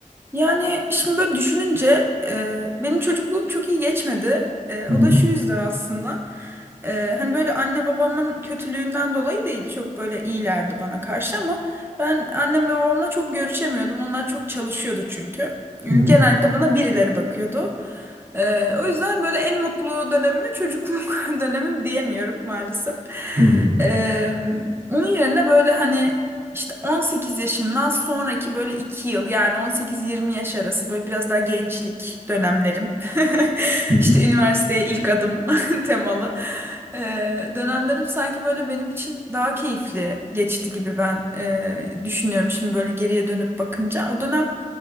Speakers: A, on the right; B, on the right.
A: Yani şimdi böyle düşününce e, benim çocukluğum çok iyi geçmedi. E,
B: Hı
A: o
B: hı,
A: da şu yüzden aslında. E, hani böyle anne babamın kötülüğünden dolayı değil çok böyle iyilerdi bana karşı ama ben annemle babamla çok görüşemiyordum. Onlar çok çalışıyordu çünkü. E,
B: hı hı,
A: Genellikle bana birileri bakıyordu. E, o yüzden böyle en mutlu dönemime çocukluk <laughs> dönemim diyemiyorum maalesef.
B: hı hı,
A: E, onun yerine böyle hani İşte 18 yaşından sonraki böyle 2 yıl yani 18-20 yaş arası böyle biraz daha gençlik dönemlerim. <laughs>
B: hı
A: İşte
B: hı,
A: üniversiteye ilk adım <laughs> temalı. Ee, dönemlerim sanki böyle benim için daha keyifli geçti gibi ben e, düşünüyorum şimdi böyle geriye dönüp bakınca. O dönem